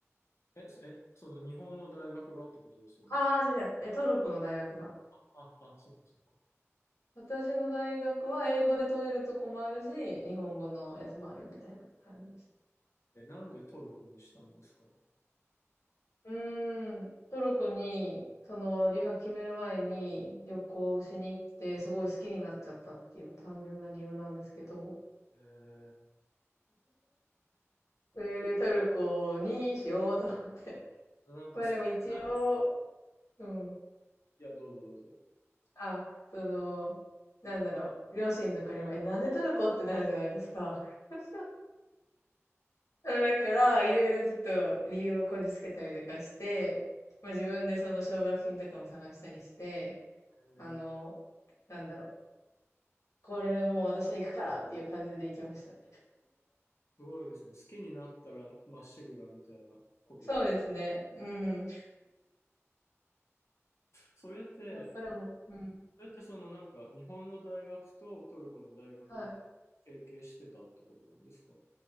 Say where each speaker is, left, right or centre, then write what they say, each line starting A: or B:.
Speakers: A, on the left; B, on the left.
A: え、そえ、その日本の大学がってことですよね。
B: ああ、じゃじゃ、え、トルコの大学が。
A: あ、あ、そっかそっか。
B: 私の大学は英語で取れるとこもあるし、日本語のやつもあるみたいな感じでした。
A: え、なんでトルコにしたんですか
B: うーん、トルコに、その、留学決める前に旅行しに行って、すごい好きになっちゃったっていう単純な理由なんですけど、
A: えー、
B: それでトルコにしようと思って。
A: なんか好きな、
B: <laughs> まあでも一応、うん。
A: いや、どうぞどうぞ。
B: あ、その、なんだろう、両親とかにも、え、なんでトルコってなるじゃないですか。<laughs> だから、いろいろちょっと理由をこじつけたりとかして、まあ自分でその奨学金とかも探したりして、
A: えー、
B: あの、なんだろう。これもう私は行くからっていう感じで行きましたね
A: すごいですね。好きになったらまっしぐらみたいなことで。
B: そうですね。うん。
A: それって、
B: そそれも、うん。
A: それってそのなんか日本の大学とトルコの大学が
B: はい。
A: 提携してたってことなんですか